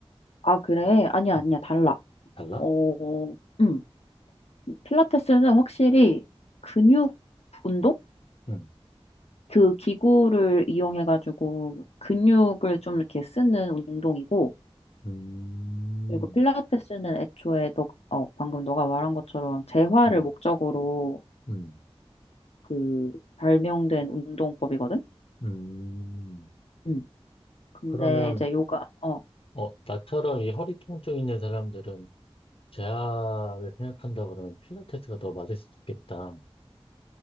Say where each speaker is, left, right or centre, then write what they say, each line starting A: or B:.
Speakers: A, on the left (about 80°); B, on the left (about 60°).
A: 아, 그래? 아니야,
B: 음,
A: 아니야, 달라.
B: 달라?
A: 어, 음. 필라테스는 확실히 근육 운동?
B: 응.
A: 그 기구를 이용해가지고 근육을 좀 이렇게 쓰는 운동이고,
B: 음,
A: 그리고 필라테스는 애초에 너, 어, 방금 너가 말한 것처럼 재활을
B: 음,
A: 목적으로
B: 음,
A: 그 발명된 운동법이거든?
B: 음.
A: 음. 근데
B: 그러면
A: 이제 요가, 어,
B: 어 나처럼 이 허리 통증 있는 사람들은 재아를 생각한다 그러면 필라테스가 더 맞을 수 있겠다.